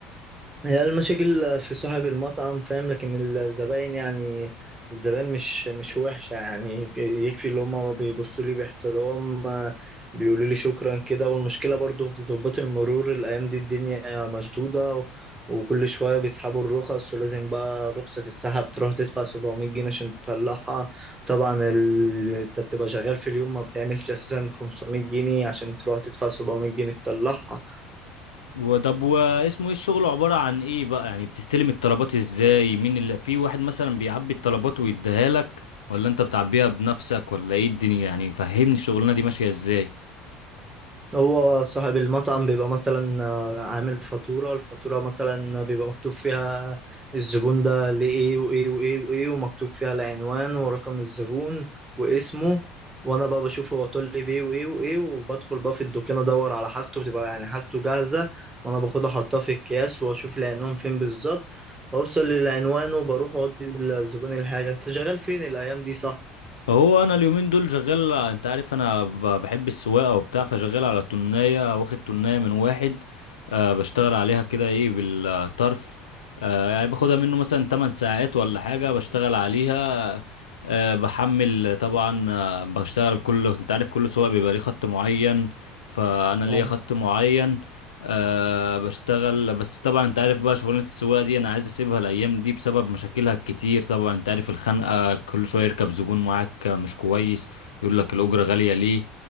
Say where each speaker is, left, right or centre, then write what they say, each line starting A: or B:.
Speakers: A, on the right (about 20°); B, on the left (about 80°).
A: هي المشاكل في صاحب المطعم فاهم لكن الزباين يعني الزباين مش مش وحشة يعني يك- يكفي اللي هما بيبصوا لي باحترام آه، بيقولوا لي شكرا كده والمشكلة برضو في ضباط المرور الأيام دي الدنيا مشدودة و- وكل شوية بيسحبوا الرخص ولازم بقى الرخصة تتسحب تروح تدفع 700 جنيه عشان تطلعها طبعا ال... انت بتبقى شغال في اليوم ما بتعملش أساسا 500 جنيه عشان تروح تدفع 700 جنيه تطلعها
B: وطب واسمه ايه الشغل عبارة عن ايه بقى يعني بتستلم الطلبات ازاي مين اللي في واحد مثلا بيعبي الطلبات ويديها لك ولا انت بتعبيها بنفسك ولا ايه الدنيا يعني فهمني الشغلانة دي ماشية ازاي
A: هو صاحب المطعم بيبقى مثلا آه، عامل فاتورة الفاتورة مثلا بيبقى مكتوب فيها الزبون ده لإيه وإيه وإيه وإيه ومكتوب فيها العنوان ورقم الزبون واسمه وأنا بقى بشوف هو طول لي بيه وإيه وإيه وبدخل بقى في الدكان أدور على حاجته بتبقى يعني حاجته جاهزة وأنا باخدها أحطها في الأكياس وأشوف العنوان فين بالظبط وأوصل للعنوان وبروح أودي للزبون الحاجة أنت شغال فين الأيام دي صح؟
B: هو انا اليومين دول شغال انت عارف انا ب- بحب السواقة وبتاع فشغال على تناية واخد تناية من واحد آه بشتغل عليها كده ايه بالطرف آه يعني باخدها منه مثلا 8 ساعات ولا حاجة بشتغل عليها آه بحمل طبعا آه بشتغل كل انت عارف كل سواق بيبقى ليه خط معين فانا ليا
A: يعني
B: خط معين آه بشتغل بس طبعا انت عارف بقى شغلانة السواقة دي انا عايز اسيبها الايام دي بسبب مشاكلها الكتير طبعا انت عارف الخنقة كل شوية يركب زبون معاك مش كويس يقول لك الاجرة غالية ليه